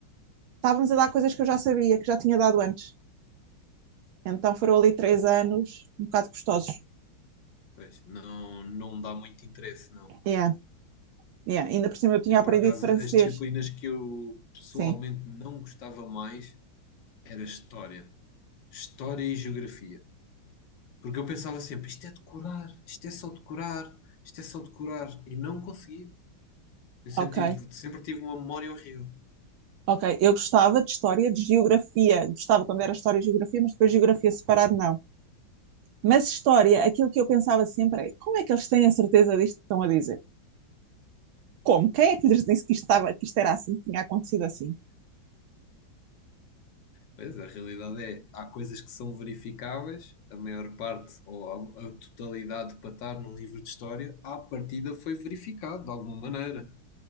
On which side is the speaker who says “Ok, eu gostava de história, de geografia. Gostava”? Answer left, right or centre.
Right